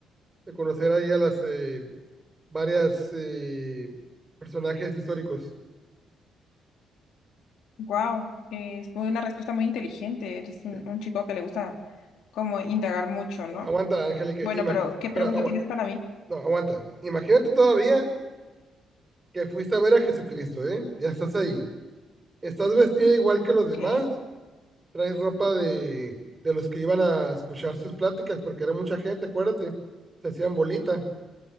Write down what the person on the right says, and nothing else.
de conocer ahí a las eh, varias eh, personajes históricos.
Sí.
Aguanta, Angélica,
imagi-
espera,
agua-
no, aguanta. Imagínate todavía que fuiste a ver a Jesucristo, ¿eh? Ya estás ahí. Estás vestida igual que los
demás, traes ropa de, de los que iban a escuchar sus pláticas, porque era mucha gente, acuérdate, se hacían bolita.